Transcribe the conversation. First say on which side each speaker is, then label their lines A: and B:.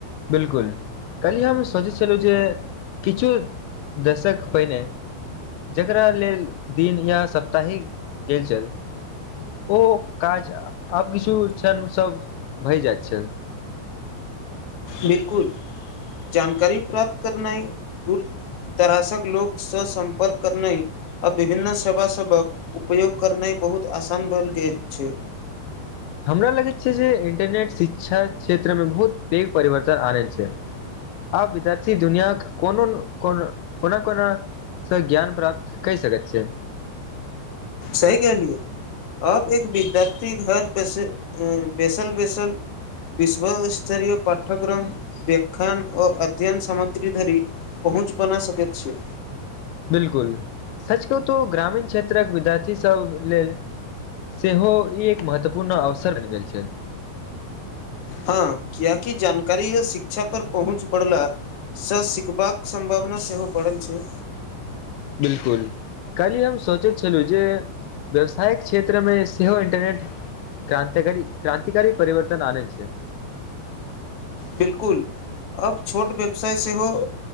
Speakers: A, on the left; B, on the left.
A: बिलकुल कली हम सोचै छलहुँ जे किछु दशक पहिने जकरा लेल दिन या सप्ताहिक गेल छल ओ काज आब किछु छनि सब भय जायत छै
B: बिल्कुल जानकारी प्राप्त करनाइ दूर दराशक लोकग सँ संपर्क करनाय आ विभिन्न सेवा सबक उपयोग करनाइ बहुत आसान बन गेल छै
A: हमरा लगैत छै जे इन्टरनेट शिक्षा क्षेत्रमे बहुत पैघ परिवर्तन आ रहल छै आब विद्यार्थी दुनियााक कोनो को कोना कोना स ज्ञान प्राप्त कय सकैत छियै
B: सही कहलियै आब एक विद्यार्थी घर बेसे बैसल बैसल विश्वस्तरिय पाठ्यक्रम व्यख्यान ओ अध्यनन सामग्री धरी पहुँच बना सकैत छियै
A: बिल्कुल सच कहु तो ग्रामीण क्षेत्रक विद्यार्थीसभ लेल सेहो ई एक महत्वपूर्ण अवसर बनि गेल छै
B: हँ किएकी जानकारी य शिक्षा पर पहुँच पड़ला सँ सिखबाक सम्भावना सेहो पड़ल छै
A: बिल्कुल काल्हि हम सोचैत छलहुँ जे व्यवसायके क्षेत्रमे सेहो इन्टरनेट क्रांतिकारी क्रांतिकारी परिवर्तन आनय छै
B: बिल्कुल अब छोट व्यवसाय सेहो